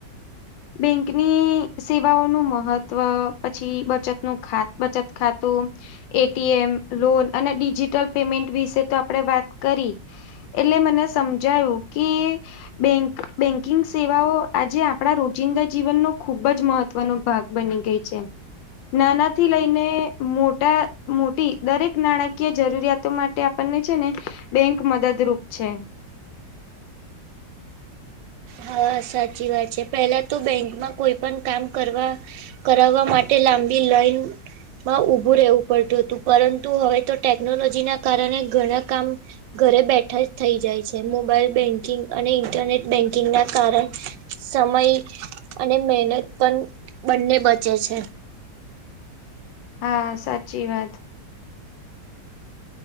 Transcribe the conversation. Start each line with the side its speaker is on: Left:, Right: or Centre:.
Left: બેંકની સેવાઓનું મહત્ત્વ પછી બચત નું ખા બચત ખાતું એટીએમ લોન અને ડિજિટલ પેમેન્ટ વિશે તો આપડે વાત કરી એટલે મને સમજાયું કે બે બેંકિંગ સેવાઓ આજે આપણા ર જિંદા જીવનનોો ખુબ જ મહત્વનો ભાગ બની ગઈ છે. નાનાથી લઈને મોટા મોટી દરેક નાણાકીય જરૂરિયાતો માટે ને છે ને બેંક મદદરૂપ છે.
Right: હા સાચી વાત છે પેલા તો બેંકમાં કોઈ પણ કામ કરવા કરાવવા માટે લાંબી લઇન માં ઉભું રહેવું પડતું હતું પરંતુ હવે તો ટેકનોલોજી ના કારણે ઘણા કામ ઘરે બેઠા જ થઇ જાય છે મોબાઈલ બેન્કિંગ અને ઇન્ટરનેટ બેંકિ ના કારણ સમય અને મહેનત પણ બંને બચે છે.
Left: હા સાચી વાત